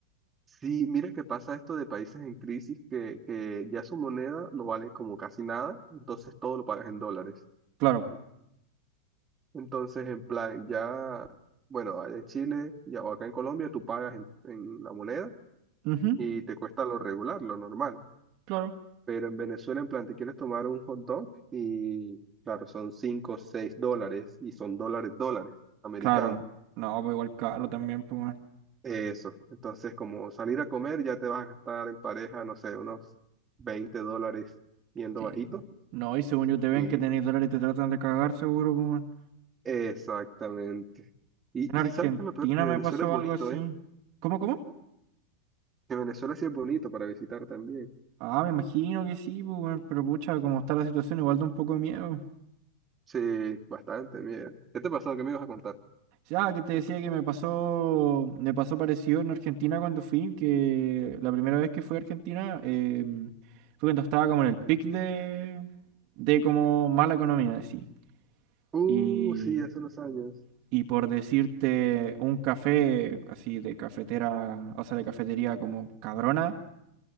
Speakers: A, on the right; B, on the right.
A: sí, mira que pasa esto de países en crisis que, que ya su moneda no vale como casi nada, entonces todo lo pagas en dólares.
B: Claro.
A: Entonces, en plan, ya, bueno, allá en Chile ya, o acá en Colombia tú pagas en, en la moneda
B: Ujú,
A: y te cuesta lo regular, lo normal.
B: claro.
A: Pero en Venezuela, en plan, te quieres tomar un hot dog y, claro, son 5 o 6 dólares y son dólares, dólares americanos.
B: Claro. No, pues igual caro también, pues, weón.
A: Eso. Entonces, como salir a comer, ya te vas a gastar en pareja, no sé, unos 20 dólares yendo
B: Sí,
A: bajito.
B: pues. No, y según yo te ven
A: Y
B: que tenéis dólares y te tratan de cagar, seguro, pues, weón.
A: exactamente. Y,
B: En Argentina
A: y ¿sabes qué es lo peor? Que Venezuela
B: me pasó
A: es bonito,
B: algo así.
A: ¿eh?
B: ¿Cómo, cómo?
A: Que Venezuela sí es bonito para visitar también.
B: Ah, me imagino que sí, pues, weón, pero pucha, como está la situación, igual da un poco de miedo.
A: Sí, bastante, mira. ¿Qué te pasó? ¿Qué me ibas a contar?
B: Ya, que te decía que me pasó, me pasó parecido en Argentina cuando fui, que la primera vez que fui a Argentina eh, fue cuando estaba como en el pic de, de como mala economía, así.
A: Uh,
B: Y,
A: sí, hace unos años.
B: y por decirte, un café así de cafetera, o sea, de cafetería como cabrona,